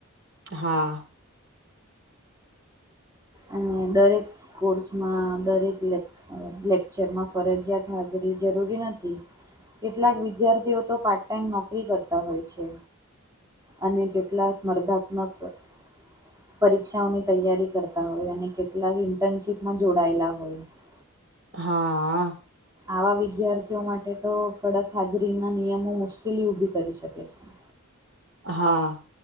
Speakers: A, on the right (about 55°); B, on the right (about 15°).
A: હા.
B: અને દરેક કોર્સમાં દરેકે લેક્ચરમાં ફરજિયાત હાજરી જરૂરી નથી. કેટલાક વિદ્યાર્થીઓ તો પાર્ટ ટાઈમ નોકરી કરતા હોય છે. અને કેટલા સ્પર્ધાત્મક- પરીક્ષાઓની તૈયારી કરતા હોય અને કેટલાક ઇન્ટર્નશીપમાં જોડાયેલા હોય <inaudible> <unintelligible>
A: હા આ
B: આવા વિદ્યાર્થીઓ માટે તો કડક હાજરીના નિયમો મુશ્કેલી ઊભી કરી શકે છે.
A: હા